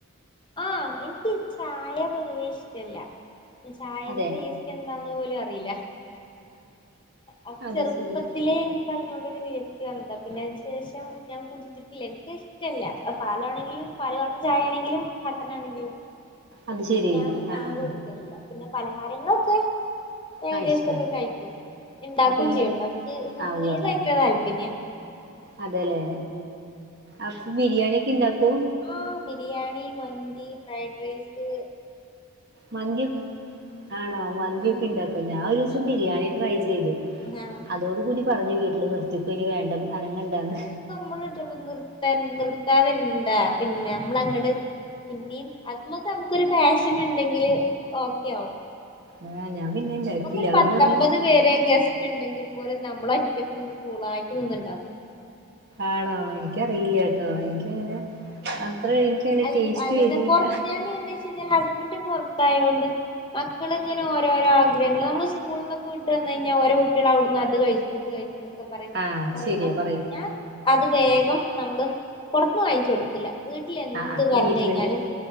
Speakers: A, on the left; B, on the right.
A: ആഹ് എനിക്ക് ചായ പൊതുവേ ഇഷ്ടല്ല ചായന്റെ
B: അതെ
A: ടേസ്റ്റെന്താന്ന് പോലും അറിയീല അ
B: അത്
A: ചെറുപ്പത്തിലേ
B: ശരി
A: എനിക്ക് അതിനോട് ഒരു വിരക്തി വ ന്നതാ പിന്നെ അതിന് ശേഷം ഞാൻ കൃടിച്ചിട്ടില്ല എനിക്ക് ഇഷ്ട ഇഷ്ടല്ല അത് പാലാണെങ്കിലും പാല് പാർന്ന ചായേണെങ്കിലും കട്ടനാണെങ്കിലും
B: അത് ശരി
A: ഞാന്
B: ആ
A: അങ്ങനെ
B: ആ
A: കുടിക്കലില്ല പിന്നെ പലഹാരങ്ങളൊക്കെ ഏകദേശത്തൊക്കെ
B: ആ ഇഷ്ടാണ്
A: കഴിക്കും ഇണ്ടാക്കും
B: അപ്പൊ ഇങ്ങനെ
A: ചെയ്യൂട്ടോ ഇൻക്ക് കുക്കിങ്ങിനോട്
B: ആവുവല്ലേ
A: ഭയങ്കര താല്പര്യാ
B: അതെല്ലേ അപ്പം ബിരിയാണി ഒക്കെ ഉണ്ടാക്കും?
A: ഓ ബിരിയാണി, മന്തി, ഫ്രൈഡ്റൈസ്
B: മന്തിം ആണോ മന്തിക്കെ
A: ഉം
B: ഉണ്ടാക്കോ? ഞാൻ ഒരു ദിവസം
A: ഉം
B: ബിരിയാണി ട്രൈ ചെയ്തു
A: ആഹ്
B: ഇതോട് കൂടി പറഞ്ഞു വീട്ടില് നിർത്തി ഇപ്പൊ ഇനി വേണ്ട അനങ്ങണ്ടാന്ന്
A: <unintelligible> നിർത്താതെ ഇരുന്നൂടെ പിന്നെ നമ്മൾ അങ്ങട് പിന്നിം അത് മ്മക്ക് അമ്മക്കൊരു പാഷനുണ്ടെങ്കില് ഓക്കെയാവും
B: ആഹ് ഞാൻ പിന്നെ ഇണ്ടാക്കിയില്ല
A: നമ്മക്കൊരു
B: അവര്
A: പത്തൊമ്പത്
B: പറഞ്ഞ്
A: പേരെ ഗസ് ണ്ടെങ്കി പോലും നമ്മളൊറ്റക്ക് നിന്ന് കൂളായിറ്റ് നിന്ന് ഉണ്ടാക്കും
B: ആണോ എനിക്കറിയില്ലാ ട്ടോ എനിക്ക് അങ്ങനെ അത്ര എനിക്കങ്ങനെ
A: അൽ
B: ടേസ്റ്റ്
A: അല്ലല
B: വരൂല്ല
A: പൊർ ഞാൻ എന്താ ച്ചാ ന്നാൽ ഹസ്ബൻഡ് പൊർത്തായോണ്ട് മക്കളിങ്ങനെ ഓരോരോ ആഗ്രഹങ്ങള്ൾ നമ്മൾ മക്കള്ങ്ങന ഓരോരോ ആഗ്രഹങ്ങള് ന്നമ്മള് സ്കൂള്ന്നൊക്കെ വിട്ടന്ന ഴ്ഞ്ഞാ ഓരോ കുട്ടിൾ അഉട്ന്ന് അത് കഴിച്ചു ഇത് കഴിച്ചു പറിയ്
B: ആഹ്
A: പറിമ്പോം
B: ശരിയാ പറയൂ
A: ഞാൻ അത് വേഗം നമ്മള് പൊറത്ത്ന്ന് വാങ്ങിച്ചൊടുക്കൂല്ല വീട്ടിൽ എന്ത്
B: ആഹ് ആഹ്
A: പറഞ്ഞയ്ഞ്ഞാലും
B: വീട്ടിലുണ്ട്